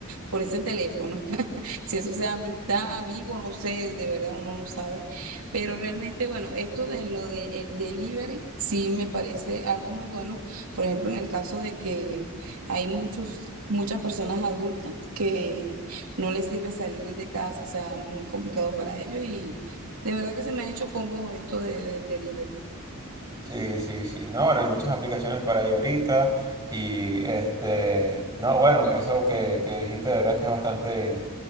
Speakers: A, on the right; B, on the right.
A: por ese teléfono. <laughs> Si eso sea amistad, amigo, no sé, de verdad uno no sabe. Pero realmente, bueno, esto de lo del delivery sí me parece algo muy bueno. Por ejemplo, en el caso de que hay muchos... Muchas personas adultas que no les sirve salir de casa, o sea, muy complicado para ellos y, de verdad que se me ha hecho cómodo esto de- del delivery.
B: Sí, sí, sí. No, bueno, hay muchas aplicaciones para ahí ahorita. Y este, no, bueno, eso que, que dijiste, de verdad que es bastante